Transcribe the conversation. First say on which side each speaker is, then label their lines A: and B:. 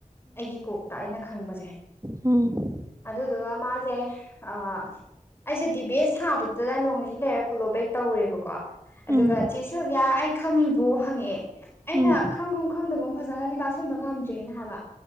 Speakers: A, on the left (about 15°); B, on the right (about 25°).
A: ꯑꯩꯒꯤ ꯀꯣꯛꯇ ꯑꯩꯅ ꯈꯪꯕꯁꯦ
B: ꯎꯝ
A: ꯑꯗꯨꯗꯨꯒ ꯃꯥꯁꯦ ꯑꯥ ꯑꯩꯁꯦ ꯗꯤꯕꯦꯁ ꯁꯥꯕ ꯑꯗꯨꯗ ꯅꯣꯡꯅꯤꯅꯤ ꯂꯩꯔ ꯐꯣꯂꯣ ꯕꯦꯛ ꯇꯧꯔꯦꯕꯀꯣ ꯑꯗꯨꯒ
B: ꯎꯝ
A: ꯆꯦ ꯁꯤꯜꯕꯤꯌꯥ ꯑꯩ ꯈꯪꯉꯤꯕꯣ ꯍꯪꯉꯛꯑꯦ ꯑꯩꯅ
B: ꯎꯝ
A: ꯈꯪꯒꯨꯝ ꯈꯪꯗꯒꯨꯝ ꯐꯖꯅꯗꯤ ꯂꯥꯛꯁꯟꯕ ꯉꯝꯗ꯭ꯔꯦꯅ ꯍꯥꯏꯕ